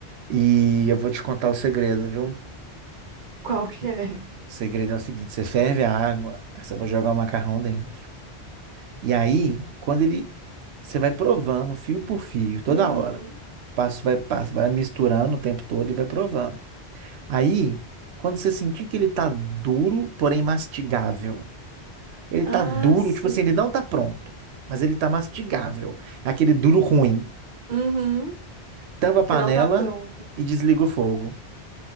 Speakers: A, on the right; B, on the right.
A: E eu vou te contar o segredo, viu?
B: qual que é?
A: O segredo é o seguinte, você ferve a água, aí você vai jogar o macarrão dentro. E aí, quando ele, você vai provando fio por fio, toda
B: Uhum.
A: hora, passo vai passo, vai misturando o tempo todo e vai provando. Aí, quando você sentir que ele tá duro, porém mastigável, ele
B: Ah,
A: tá duro,
B: sim.
A: tipo assim, ele não tá pronto, mas ele tá mastigável, É aquele duro ruim.
B: Uhum.
A: Tampa a panela
B: Que não tá pronto.
A: e desliga o fogo.